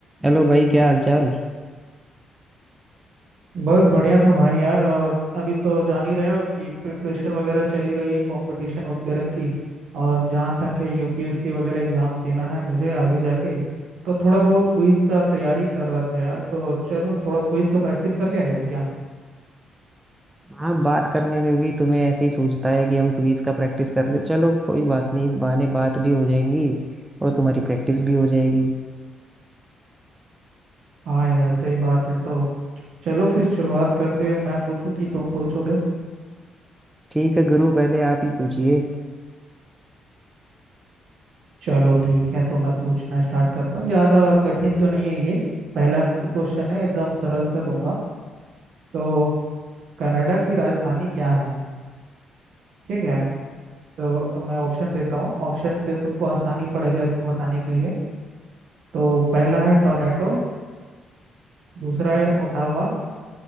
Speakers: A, on the right; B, on the right.
A: Hello भाई क्या हाल चाल
B: बस बढ़िया था भाई यार और अभी तो जान ही रहे हो कि प्रिपरेशन वगैरह चली रही है कंपटीशन वगैरह की और जहाँ तक है यूपीएससी वगैरह एग्जाम देना है मुझे आगे जाके तो थोड़ा बहुत क्विज का तैयारी कर रहा था यार तो चलो थोड़ा क्विज का प्रैक्टिस कर लिया जाए क्या
A: आप बात करने में भी तुम्हें ऐसे ही सूझता है कि हम क्विज का प्रैक्टिस कर ले चलो कोई बात नहीं इस बहाने बात भी हो जाएंगी और तुम्हारी प्रैक्टिस भी हो जाएगी
B: हाँ यार सही बात है तो चलो फिर शुरुआत करते हैं मैं पूछूं कि तुम पूछोगे
A: ठीक है गुरु पहले आप ही पूछिए
B: चलो ठीक है तो मैं पूछना स्टार्ट करता हूँ ज़्यादा कठिन तो नहीं है ये पहला क्वेश्चन है एकदम सरल सा दूंगा तो कनाडा की राजधानी क्या है ठीक है तो मैं ऑप्शन देता हूँ ऑप्शन से तुमको आसानी पड़ेगा इसमें बताने के लिए तो पहला है टोरंटो दूसरा है ओटावा